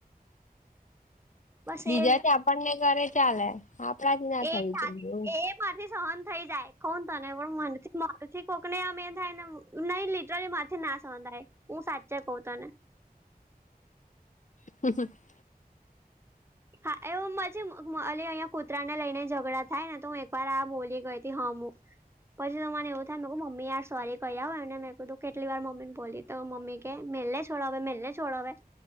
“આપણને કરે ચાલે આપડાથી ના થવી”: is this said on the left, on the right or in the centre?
Left